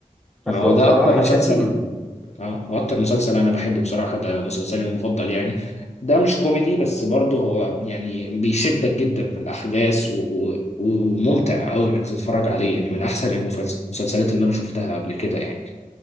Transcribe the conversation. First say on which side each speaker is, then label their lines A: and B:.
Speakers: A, on the left; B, in the centre.
A: ما
B: بس
A: هو
B: هو
A: ده
B: بصراحة
A: اكتر مسلسل
B: شدني
A: اه هو اكتر مسلسل انا بحبه بصراحه ده مسلسلي المفضل يعني ده مش كوميدي بس برضه هو يعني بيشدك جدا في الاحداث و... و... وممتع قوي انك تتفرج عليه يعني من احسن المفلس- المسلسلات اللي انا شفتها قبل كده يعني